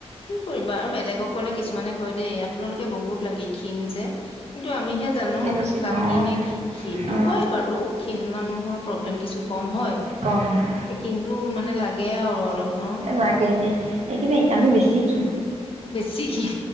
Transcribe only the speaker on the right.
বুজি
পাওঁ
অ
অ
কম হয়
লাগে দেই। এইকিবে আমি বেছি ক্ষীণ।